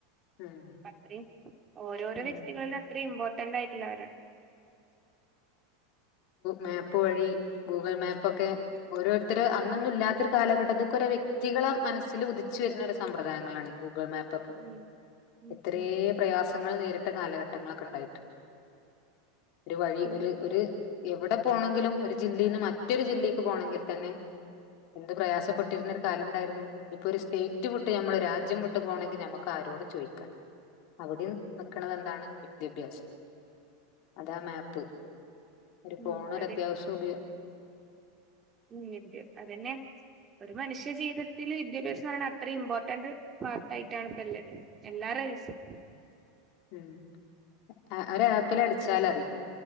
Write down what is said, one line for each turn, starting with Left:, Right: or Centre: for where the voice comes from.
Left: ഉം
Right: പ്പ അത്രം ഓരോരോ
Left: ഉം
Right: വ്യക്തികളില് അത്രം ഇം ത്ത്ണ്ടായിട്ടില്ല അവരാ
Left: മാപ്പ് വഴി ഗൂഗിൾ മാപ്പൊക്കെ ഓരോരുത്തർ അന്നൊന്നും ഇല്ലാത്തൊരു കാലഘട്ടത്തി കുറെ വ്യക്തികളെ മനസ്സിൽ ഉദിച്ചു വരുന്ന സമ്പ്രദായങ്ങളാണ് ഈ ഗൂഗിൾ മാപ്പ്
Right: ഉം ഉം
Left: എത്രേ
Right: ഉം
Left: പ്രയാസങ്ങൾ നേരി ത്തെ കാലഘട്ടങ്ങളൊക്കെ ഉണ്ടായിട്ടുണ്ട് ഒരു വഴി
Right: ഉം
Left: ഒരു ഒരു എവിടെ പോണെങ്കിലും ഒരു ജില്ലയിൽ നിന്ന് മറ്റൊരു ജില്ലേക്ക് പോണങ്കി തന്നെ എന്ത് പ്രയാസപ്പെട്ടിരുന്ന ഒരു കാലണ്ടായിരുന്നു ഇപ്പൊ ഒരു സ്റ്റേറ്റ് വിട്ട് നമ്മള് രാജ്യം വിട്ട് പോണെങ്കി ഞമക്ക് ആരോടും ചോയിക്കണ്ട അവിടെ നിക്കണതെന്താണ് വിദ്യാഭ്യാസം അതാ മാപ്പ് ഒരു ഫോണ്
Right: ഉം
Left: ഒരു
Right: അതെ
Left: അത്യാവശ്യം ഉപയ
Right: ഉം വിദ്യ അതന്നെ ഒരു മനുഷ്യ ജീവിതത്തില് വിദ്യാഭ്യാസം എന്ന് പറയണ അത്ര ഇമ്പോർട്ടന്റ് പാർട്ടായിട്ടാണ് ഇപ്പല്ലത് എല്ലാരും സ
Left: ഉം ആഹ് അവരാപ്പിലടിച്ചാലറിയും